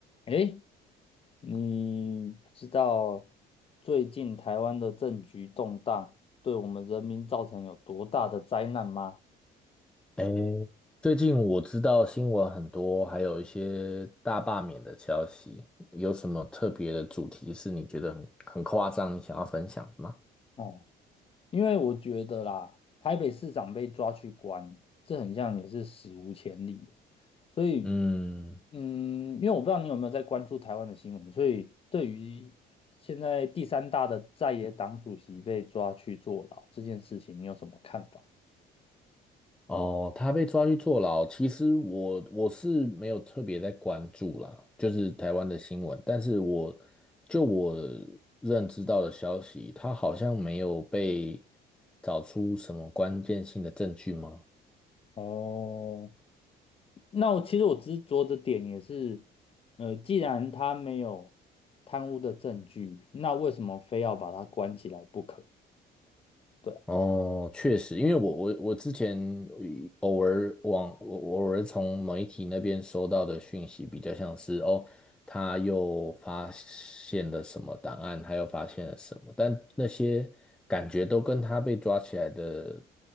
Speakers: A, on the left (about 35°); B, in the centre.
A: 诶，你知道最近台湾的政局动荡对我们人民造成有多大的灾难吗？
B: 诶，最近我知道新闻很多，还有一些大罢免的消息，有什么特别的主题是你觉得很很夸张，你想要分享的吗？
A: 哦，因为我觉得啦，台北市长被抓去关，这很像也是史无前例的所以，
B: 嗯，
A: 嗯，因为我不知道你有没有在关注台湾的新闻，所以对于现在第三大的在野党主席被抓去坐牢这件事情，你有什么看法？
B: 哦，他被抓去坐牢，其实我我是没有特别在关注啦，就是台湾的新闻，但是我就我认知到的消息，他好像没有被找出什么关键性的证据吗？
A: 哦。那我其实我执着的点也是，呃，既然他没有贪污的证据，那为什么非要把他关起来不可？对啊，
B: 哦，确实，因为我我我之前偶尔往我我偶尔从媒体那边收到的讯息，比较像是哦，他又发现了什么档案，他又发现了什么，但那些感觉都跟他被抓起来的